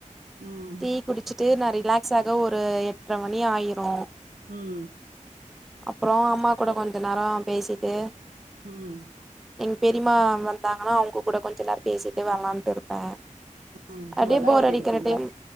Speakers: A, on the right; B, in the centre.
A: ம்
B: டீ குடிச்சிட்டு நா ரிலாக்ஸ் ஆக ஒரு எட்டர மணி ஆயிரு
A: ம்
B: அப்றோ அம்மா கூட கொஞ்சோ நேரோ பேசிட்டு
A: ம்
B: எங் பெரிம்மா வந்தாங்கனா அவுங்க கூட கொஞ்ச நேர பேசிட்டு வெள்ளான்ட்டு இருப் ஆ
A: ம்.
B: அப்டே
A: வெளாடிட்டு
B: போர் அடிக்கிற
A: இருப்பீங்களா?
B: டைம்